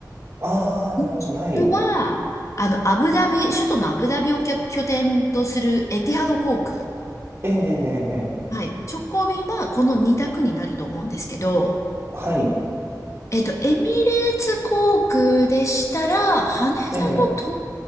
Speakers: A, on the right (about 40°); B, on the left (about 45°).
A: あ、あーあー、
B: もしくは、
A: なるほど。はい。
B: あの、アブダビ、首都のアブダビを拠拠点とするエティハド航空。
A: ええ、ええ、ええ
B: はい。直行便はこの2択になると思うんですけど、
A: はい。
B: えっと、エミレーツ航空でしたら、羽田
A: ええ。
B: もっ